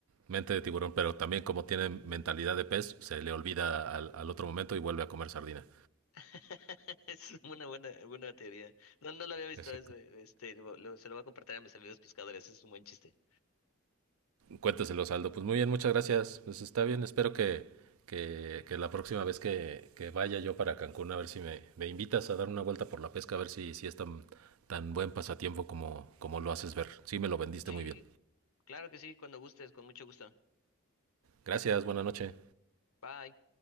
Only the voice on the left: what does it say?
<laughs> Es una buena, buena teoría. No, no lo había visto.
es, eh, este, lo- lo- se lo voy a compartir a mis amigos pescadores. Es un buen chiste.
Sí,
claro que sí, cuando gustes, con mucho gusto.
Bye.